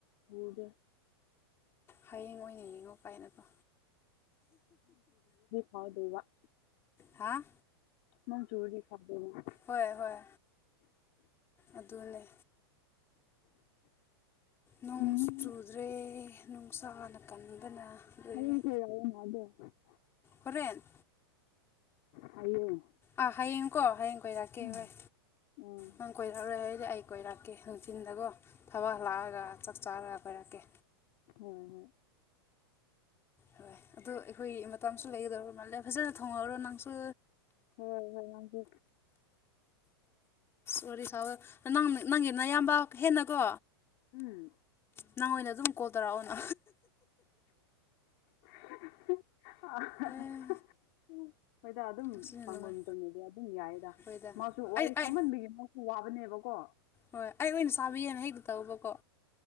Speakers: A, on the left (about 45°); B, on the left (about 20°).
A: ꯃꯨꯗꯦ
B: ꯍꯌꯦꯡ ꯑꯣꯏꯅ ꯌꯦꯡꯉꯣ ꯀꯥꯏꯅꯀꯣ
A: ꯍꯥꯎꯗꯣꯏꯕ
B: ꯍꯥꯥ
A: ꯅꯣꯡ ꯆꯨꯔꯗꯤ ꯐꯗꯧꯅꯤ
B: ꯍꯣꯏ ꯍꯣꯏ ꯑꯗꯨꯅꯦ ꯅꯣꯡꯁꯨ
A: ꯎꯝ
B: ꯆꯨꯗ꯭ꯔꯦ ꯅꯨꯡꯁꯥꯅ ꯀꯟꯕꯅ ꯂꯣꯏꯔꯦ
A: <unintelligible>
B: ꯍꯣꯔꯦꯟ
A: ꯍꯌꯦꯡ
B: ꯑꯥ ꯍꯌꯦꯡꯀꯣ ꯍꯌꯦꯡ ꯀꯣꯏꯔꯛꯀꯦ
A: ꯎꯝ
B: ꯍꯣꯏ
A: ꯎꯝ
B: ꯅꯪ ꯀꯣꯏꯔꯛꯔꯣꯏ ꯍꯥꯏꯔꯗꯤ ꯑꯩ ꯀꯣꯏꯔꯛꯀꯦ ꯅꯨꯡꯊꯤꯟꯗꯒꯣ ꯊꯕꯛ ꯍꯂꯛꯑꯒ ꯆꯥꯛ ꯆꯥꯔꯒ ꯀꯣꯏꯔꯛꯀꯦ
A: ꯎꯝ
B: ꯍꯣꯏ ꯑꯗꯣ ꯑꯩꯈꯣꯏꯒꯤ ꯃꯇꯝꯁꯨ ꯂꯣꯏꯒꯗꯧꯕ ꯃꯥꯜꯂꯦ ꯐꯖꯅ ꯊꯣꯡꯍꯧꯔꯣ ꯅꯪꯁꯨ
A: ꯍꯣꯏ ꯍꯣꯏ ꯅꯪꯁꯨ
B: ꯍꯣꯏ ꯁꯣꯔꯤ <unintelligible> ꯅꯪ ꯅꯪꯒꯤ ꯅꯌꯥꯝꯕ ꯍꯦꯟꯅꯀꯣ
A: ꯎꯝ
B: ꯅꯪ ꯑꯣꯏꯅ ꯑꯗꯨꯝ ꯀꯣꯜ ꯇꯧꯔꯛꯑꯨꯅ
A: <unintelligible>
B: ꯑꯦ
A: ꯍꯣꯏꯗ ꯑꯗꯨꯝ <unintelligible>
B: ꯑꯁꯤꯅ ꯅꯨꯡꯉꯥꯏ
A: ꯑꯗꯨꯝ ꯌꯥꯏꯗ
B: ꯑꯩꯈꯣꯏꯗ
A: ꯃꯥꯁꯨ ꯋꯥꯔꯤ
B: ꯑꯩ
A: ꯐꯃꯟꯕꯒꯤꯅꯤ
B: ꯑꯩ
A: ꯋꯥꯕꯅꯦꯕꯀꯣ
B: ꯍꯣꯏ ꯑꯩ ꯑꯣꯏꯅ ꯆꯥꯕꯤꯒꯦꯅ <unintelligible> ꯇꯧꯕꯀꯣ